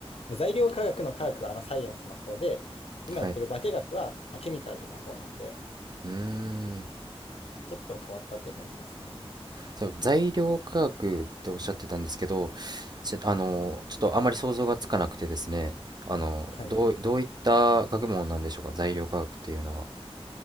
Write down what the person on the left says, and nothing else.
まあ材料科学の科学はあのサイエンスの方で、今やってる化学はまあケミカルな方なんで、
ちょっと変わったって感じですね。
はい。